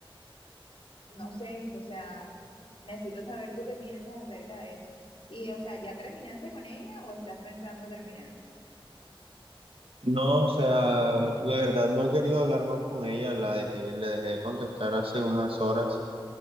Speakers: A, on the left; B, on the right.
A: no sé, o sea, necesito saber tú qué piensas acerca de eso. Y, o sea, ¿ya terminaste con ella o estás pensando terminar?
B: No, o sea, la verdad no he querido hablar más con ella, la dejé, le dejé de contestar hace unas horas